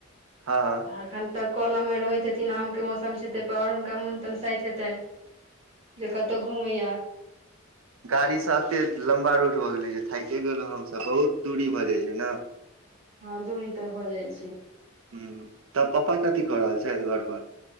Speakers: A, on the right; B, on the right.
A: हँ
B: एखन तऽ कलम मे रहैत हेथिन आम के मौसम छै त आउर हुनका मोन तनसाइत हेतै जे कत तऽ घूमैया
A: ह गाड़ी से एते लम्बा रूट भऽ गेलै जे थके गेलों हमसभ बहुत दूरी भऽ जाइ छै ने <inaudible>
B: हँ दूरी तऽ भ जाइ छै
A: ह तब पप्पा कथि कऽ रहल छै घर परर